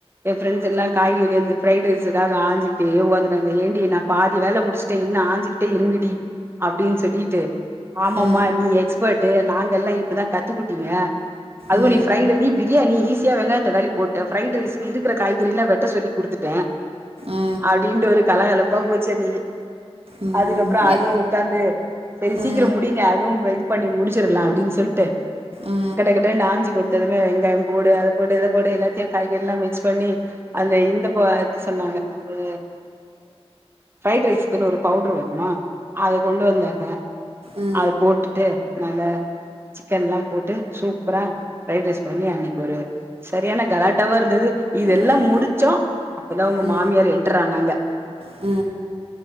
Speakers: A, on the right; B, on the right.
A: எய ஃப்ரெண்ட்ஸ் எல்லா காய்கறி வந்து ஃப்ரைட் ரைஸுக்காக ஆஞ்சிட்டு ஒக்காந்ருந்தாங்கன்டங்க ஏன்டி நா பாதி வேல முடிச்ட இன்னு ஆஞ்சிக் ட்டே இருங்கடி அப்டின்னு சொல்லிட்டு ஆமம்மா
B: ஆ
A: நீங்க எப்படி எக்ஸ்பெர்ட் நாங்கல்லா இப்பதா கத்துக்குட்டீங்க அதுவு
B: ஆ
A: நீ ஃப்ரைட் நீ பிரியாணி ஈஸியா வெங்காய தக்காளி போட்ட ஃப்ரைட் ரைஸூக்கு இருக்குற காய்கறில்லா வெட்ட சொல்லி குடுத்துட்ட
B: ஆ
A: அப்டின்டு ஒரு கலகலப் பா போச்சு எனக்கு
B: ம்
A: அதுக்கப்ற அதுவு
B: எ
A: உக்காந்து செரி சிக்
B: ஆ
A: சீக்கிர முடிங்க அதுவு ப இது பண்ணி முடிச்சிர்லா அப்டின்னு சொல்ட்டு
B: ஆ
A: கட கடனு ஆஞ்சு கொடுத்ததுமே வெங்காய போடு அத போடு இத போடு எல்லாத்தையு காய்கறி எல்லா மிக்ஸ் பண்ணி அது இந்தப்ப எது சொன்னாங்க அது ஃப்ரைட் ரைஸ்க்குன்னு ஒரு பவுடரு வருமா அத கொண்டு வந்தாங்க
B: ஆ
A: அத போட்டுட்டு நல்ல சிக்கன்லா போட்டு சூப்பரா ஃப்ரை ரைஸ் பண்ணி அன்னிக்கு ஒரு சரியானா கலாட்டாவா இருந்தது இதெல்லா
B: நல்ல
A: முடிச்சோ அப்பதா உங்க
B: ஆ
A: மாமியார் என்டர் ஆனாங்க
B: ஆ